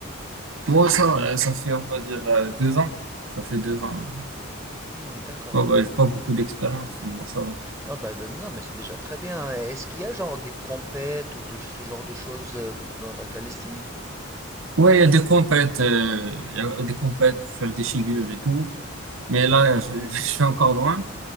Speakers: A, on the right (about 70°); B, in the centre.
A: Moi, ça, euh, ça fait, on va dire, euh, deux ans. Ça fait deux ans. hein.
B: Hmm, d'accord.
A: C'est pas, ouais, j'ai pas beaucoup d'expérience, mais ça va.
B: Ah bah euh, non, mais c'est déjà très bien. Est-ce qu'il y a genre des compètes ou de ce genre de choses euh, pour- dans la Calestinie?
A: Ouais, il y a des compètes, euh, il y a des compètes pour faire des figures et tout. Mais là, je <laughs> je suis encore loin.